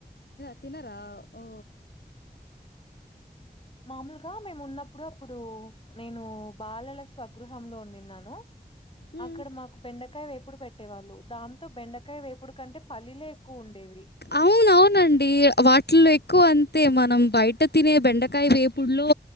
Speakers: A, on the left; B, on the left.
A: తినరా ఓ
B: మామూలుగా మేము ఉన్నప్పుడు అప్పుడు నేను బాలల స్వగృహంలో వండిన్నాను
A: హ్మ్.
B: అక్కడ మాకు బెండకాయ వేపుడు పెట్టేవాళ్ళు దాంతో బెండకాయ వేపుడు కంటే పల్లీలే ఎక్కువ ఉండేవి
A: అవున అవునండి వాటిల్లో ఎక్కువ అం అంతే మనం బయట తినే బెండకాయ వేపుడు లో